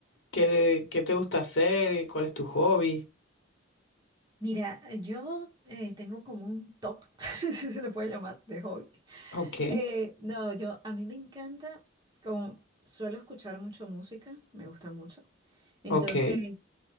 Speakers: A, on the left (about 80°); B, on the right (about 25°).
A: ¿Qué, qué te gusta hacer? ¿Cuál es tu hobby?
B: Mira, eh, yo eh, tengo como un TOC, <laughs> si se le puede llamar, de hobby.
A: Ok,
B: Eh, no, yo, a mí me encanta, como suelo escuchar mucho música, me gusta mucho. Entonces,
A: ok,